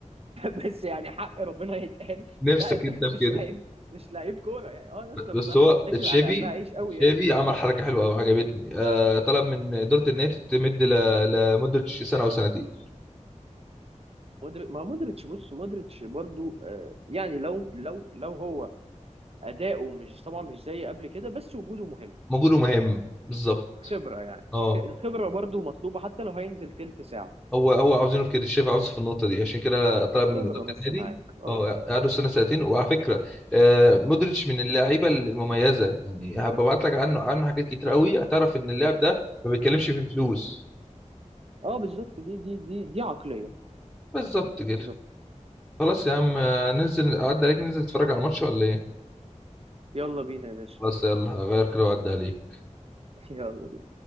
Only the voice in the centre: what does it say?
نفسك
انت في
كده
بس
هو
تشافي
تشافي
عمل حركه حلوه قوي عجبتني آه طلب من اداره النادي تمد ل- لمده سنه او سنتين
موجود ومهم بالظبط
اه
هو هو عاوزينه في كده الشيف عاوزه في النقطه دي عشان كده طلب
من اداره
النادي
اه قعدوا سنه سنتين وعلى فكره آه، مودريتش من اللعيبه المميزه يعني هبعت لك عنه عنه حاجات كتير قوي هتعرف ان اللاعب ده ما بيتكلمش في فلوس
بالظبط كده
خلاص يا عم
آه، ننزل اعدي عليك ننزل نتفرج على الماتش ولا ايه
خلاص يلا هغير كده واعدي عليك